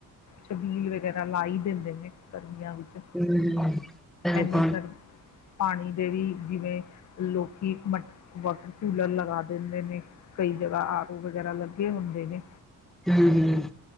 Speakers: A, on the left; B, in the centre.
A: ਛਬੀਲ ਵਗੈਰਾ ਲਾ ਹੀ ਦੇਂ <unintelligible> <unintelligible> ਵਿੱਚ,
B: ਹਮ ਬਿਲਕੁਲ
A: ਐਨੀ ਗਰ, ਪਾਣੀ ਦੇ ਵੀ ਜਿਵੇਂ ਲੋਕੀ ਮਟ ਵਾਟਰ ਕੂਲਰ ਲਗਾ ਦੇਂਦੇ ਨੇ ਕਈ ਜਗ੍ਹਾ ਆਰੋ ਵਗੈਰਾ ਲੱਗੇ ਹੁੰਦੇ ਨੇ।
B: ਹੂੰ, ਹੂੰ,